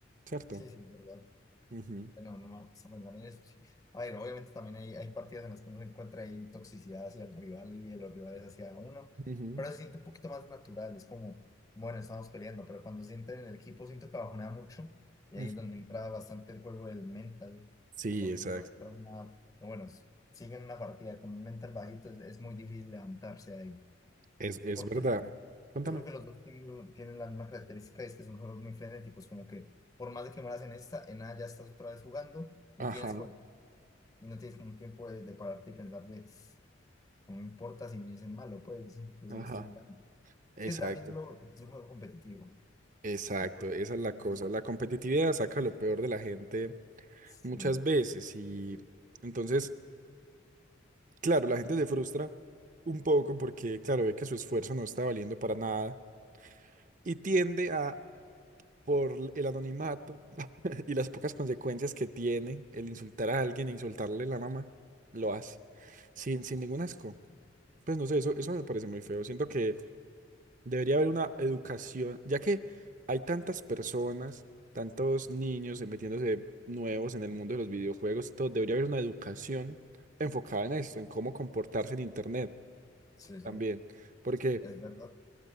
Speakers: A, on the right; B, on the left.
A: ¿cierto?
B: Sí, sí, es verdad.
A: Ujú,
B: Bueno, No, no vamos a pensar en eso. sí. A ver, obviamente también hay, hay partidas en las que uno se encuentra ahí toxicidad hacia el rival y de los rivales hacia uno,
A: ujú,
B: pero se siente un poquito más natural. Es como, bueno, estamos peleando, pero cuando se siente en el equipo, siento que bajonea mucho y
A: ujú.
B: ahí es donde entra bastante el juego del mental,
A: Sí,
B: porque
A: exacto.
B: si no entra una, o bueno, s- sigue en una partida con un mental bajito, es, es muy difícil levantarse ahí
A: Es, es
B: porque
A: verdad.
B: yo
A: Cuéntame.
B: creo que los dos tienen, tienen la misma característica y es que son juegos muy frenéticos, como que por más de que mueras en esta, en nada ya estás otra vez jugando y
A: Ajá,
B: tienes co- y no tienes como un tiempo de, de pararte y pensar de, no me importa si me dicen malo, pues yo
A: ajá.
B: solo estoy jugando.
A: Exacto,
B: Es que también lo, es un juego competitivo.
A: exacto.
B: Entonces,
A: Esa es la cosa. La competitividad saca lo peor de la gente
B: Sí,
A: muchas veces y entonces, claro, la gente se frustra un poco porque, claro, ve que su esfuerzo no está valiendo para nada y tiende a, por el anonimato <laughs> y las pocas consecuencias que tiene el insultar a alguien e insultarle la mamá, lo hace, sin, sin ningún asco. Pues no sé, eso, eso me parece muy feo. Siento que debería haber una educación, ya que hay tantas personas, tantos niños eh, metiéndose nuevos en el mundo de los videojuegos y todo, debería haber una educación enfocada en esto, en cómo comportarse en internet
B: sí, sí,
A: también. Porque,
B: es verdad.